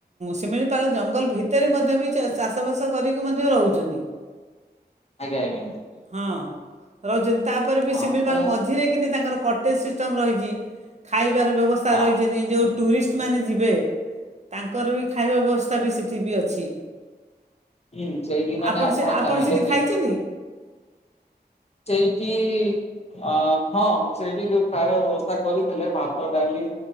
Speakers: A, on the right (about 40°); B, on the left (about 40°).
A: ସିମିଳିପାଳ ଜଙ୍ଗଲ ଭିତରେ ମଧ୍ୟ ବି ଚାଷବାସ କରିକି ମଧ୍ୟ ରହୁଛନ୍ତି।
B: ଆଜ୍ଞା ଆଜ୍ଞା।
A: ହଁ। ରହିଛନ୍ତି ତାପରେ ବି
B: ହଁ
A: ଶିମିଳିପାଳ
B: ତ
A: ମଝିରେ କିିନି ତାଙ୍କର କଟେଜ ସିଷ୍ଟମ୍ ରହିଛି। ଖାଇବାର ବ୍ୟବସ୍ଥା।
B: ହଁ
A: ରହିଛନି ଯୋଉ ଟୁରିଷ୍ଟ। ମାନ ଯିବେ ତାଙ୍କର ବି ଖାଇବା ବ୍ୟବସ୍ଥା ବି ସେଠି ବି ଅଛି।
B: ହୁଁ ସେଇଠି ମାନେ
A: ଆପଣ ସେ ଆପଣ
B: ଚାହିଁଲେ
A: ସେଠି
B: ବି
A: ଖାଇଛନ୍ତି।
B: ସେଇଠି। ଆଁ। ହଁ ସେଇଠି ଯୋଉ ଖାଇବା ବ୍ୟବସ୍ଥା କରିଥିଲେ ଭାତ ଡାଲି।